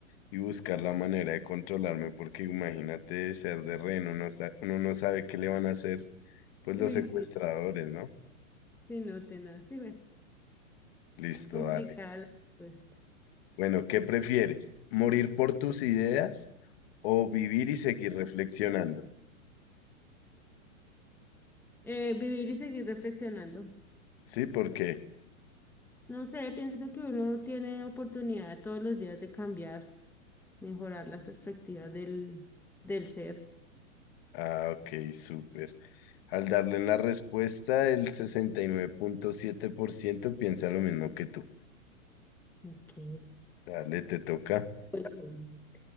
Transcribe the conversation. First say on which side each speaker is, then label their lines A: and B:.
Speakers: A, on the left (about 45°); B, in the centre.
A: y buscar la manera de controlarme, porque imagínate ser de rehén, uno, sa- uno no sabe qué le van a hacer. Pues
B: Uy,
A: los secuestradores,
B: sí, no,
A: ¿no?
B: sí, no, tenaz. Sí, bueno,
A: Listo,
B: complicada
A: dale.
B: la respuesta.
A: Bueno, ¿qué prefieres? ¿Morir por tus ideas o vivir y seguir reflexionando?
B: Eh, vivir y seguir reflexionando.
A: Sí, ¿por qué?
B: No sé, pienso que uno tiene oportunidad todos los días de cambiar, mejorar las perspectivas del, del ser.
A: Ah, ok, súper. Al darle la respuesta, el sesenta y nueve punto siete por ciento piensa lo mismo que tú.
B: Ok.
A: Dale, te toca.
B: Pues, bien.